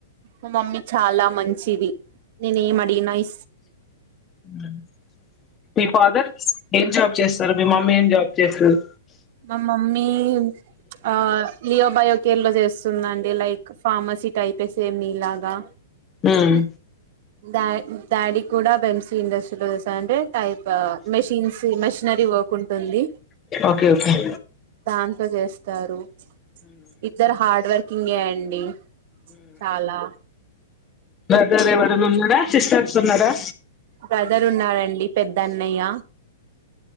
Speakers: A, on the right; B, on the left.
A: మ మమ్మీ చాలా మం చ్చిది నేన్ ఏమడిగినా ఇస్
B: హ్మ్ మీ ఫాదర్ ఏం జాబ్ చేస్తారు మీ మమ్మీ ఏం జాబ్ చేస్తాది
A: మా మమ్మీ ఆ యో బాయో కేరళ చేస్ ఉందండి లైక్ ఫార్మసి టైపే సేమ్ మీ ఇలాగా
B: ఉమ్.
A: డా డాడీ కూడా బంసీ ఇండస్ట్రీలో తెలసా అంటే టైప్ మెషిన్స్ మెషినరీ వర్క్ ఉంటుంది
B: ఓకే ఓకే
A: దా చేస్తారు ఇద్దర హార్డ్వేర్ ఇంగేయండి చాలా
B: <unintelligible> చెస్ ఆడుతున్నారా
A: బ్రదర్ ఉన్నారండి పెద్దన్నయ్య